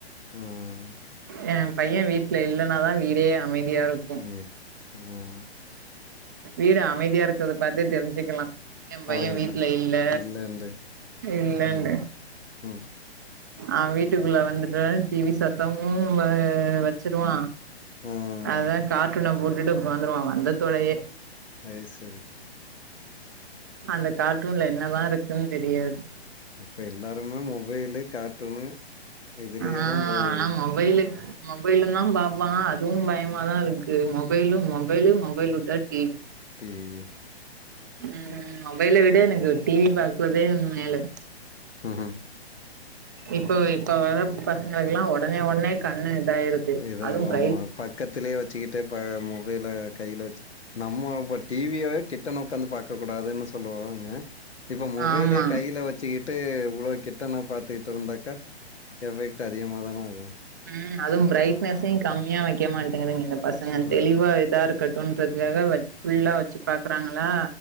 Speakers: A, on the left; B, on the right.
A: ம்
B: ஏ பைய்ய வீட்ல இல்லனாதா வீடே அமைதியா இருக்
A: மம்மி ம்
B: வீடு அமைதியா இருக்கறத பாத்தே தெரிஞ்சுக்லா ஏ பைய்ய
A: அவன்
B: வீடல
A: இல்லை
B: இல்ல
A: இல்லைண்டு
B: இல்லன்டு
A: ம் ம்
B: அவ வீட்டுக்குள்ள வந்துட்டே டிவி சத்தமு வ வெச்சிருவா
A: ம்
B: அததா கார்ட்டூன போட்டுட்டு உக்காந்துருவா வந்தத்தோடயே
A: அது சரி
B: அந்த கார்டூன்ல என்னதா இருக்குன் தெரியாது
A: இப்ப எல்லாருமே மொபைலு கார்ட்டூனு இதுலேயே
B: ஆஹ்
A: தான் போயிடுது
B: ஆனா மொபைலு மொபைல தா பாப்பா அதுவு பயமாதா இருக்கு மொபைலு மொபைலு மொபைலு வுட்டா டிவி
A: டிவி
B: உம் மொபைல விட எனக்கு டிவி பாக்கறதே மேலு
A: ம் ம்
B: இப்போ இப்போ வர பசங்களுக்கெல்லா ஒடனே ஒடனே கண்ணு இதாயிருது
A: இதாவ்
B: அதுவு பிரைட்
A: ஆமா பக்கத்திலயே வெச்சுகிட்டே ப மொ பைல கைல வெச்சு நம்ம இப்ப டிவியவே கிட்ட உக்காந்து பார்க்க கூடாதுன்னு சொல்லுவாங்க இப்ப மொபைலே
B: ஆமா
A: கையில வெச்சுக்கிட் விட்டு இ்வ்ளோ கிட்ட நா பாத்துக்ட்டு இருந்தாக்கா எஃபெக்ட் அதிகமா தானே ஆகு
B: ம் அதுவு பிரரைட்னஸையு கம்மியா வைக்க மாட்டேங்குதுங்க இந்த பசங்க
A: ம்.
B: தெளிவா இதா இருக் இருக்கட்டோன்றதுக்காக வ ஃபுல்லா வச்சு பாக்குறாங்களா